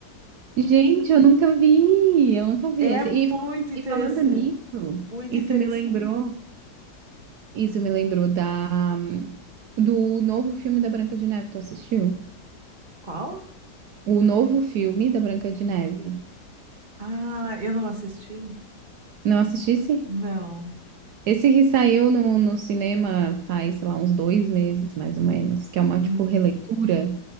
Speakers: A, on the right (about 70°); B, on the right (about 25°).
A: Gente, eu nunca vi, eu nunca vi
B: É
A: esse.
B: muito
A: E, falando-
B: interessante.
A: e falando nisso,
B: Muito
A: isso
B: interessante.
A: me lembrou, isso me lembrou da do novo filme da Branca de Neve. Tu assistiu?
B: Qual?
A: O novo filme da Branca de Neve.
B: Ah, eu não assisti?
A: Não assistisse?
B: Não.
A: Esse que saiu no, no cinema faz, sei lá, uns dois meses, mais ou menos, que é uma,
B: Hum,
A: tipo, releitura,